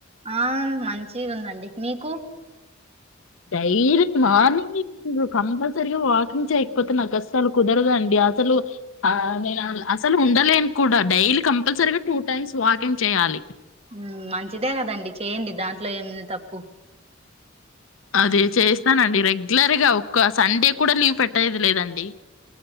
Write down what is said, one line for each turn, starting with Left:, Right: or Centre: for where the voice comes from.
Right: ఆ మంచిగుందడి మీకు
Left: డైలీ మార్నింగ్ కంపల్సరిగ వాకింగ్ చేయకపోతే నాకస్సలు కుదరదండి అసలు నేను అసలు ఉండలేను కూడా డైలీ కంపల్సరిగ టూ టైమ్స్ వాకింగ్ చేయాలి
Right: ఉమ్ మంచిదే కదండి చేయండి దాంతో ట్లో ఏముంది తప్పు
Left: అదే చేస్తానండి రెగ్యులర్గా ఒక్క సండే కూడా లీవ్ పెట్టేది లేదండి